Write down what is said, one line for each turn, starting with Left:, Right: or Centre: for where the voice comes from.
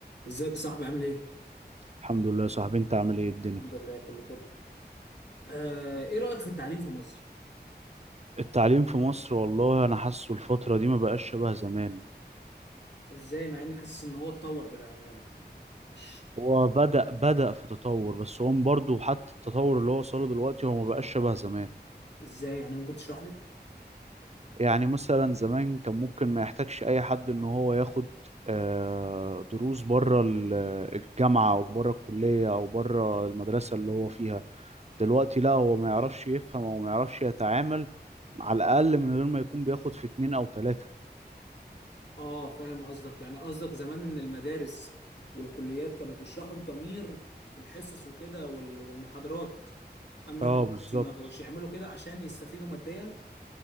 Left: ازيك يا صاحبي عامل ايه؟
Right: الحمد لله يا صاحبي انت عامل ايه الدنيا
Left: الحمد لله كله فل آه، ايه رأيك في التعليم في مصر؟
Right: التعليم في مصر والله انا حاسه الفترة دي ما بقاش شبه زمان
Left: ازاي مع اني حاسس ان هو اتطور بلا م- مش
Right: هو بدأ بدأ في تطور بس هو برضه حتى التطور اللي هو وصله دلوقتي هو ما بقاش شبه زمان
Left: ازاي يعني ممكن تشرح لي؟
Right: يعني مثلا زمان كان ممكن ما يحتاجش اي حد ان هو ياخد آه، دروس بره ال- الجامعة او بره الكلية او بره المدرسة اللي هو فيها دلوقتي لا هو ما يعرفش يفهم او ما يعرفش يتعامل على الاقل من غير ما يكون بياخد في اتنين او تلاتة
Left: اه فاهم قصدك يعني قصدك زمان ان المدارس والكليات كانوا بيشرحوا بضمير في الحصص وكده وال- والمحاضرات اما
Right: اه
Left: دلوقتي
Right: بالظبط
Left: ما بقوش يعملوا كده عشان يستفيدوا ماديا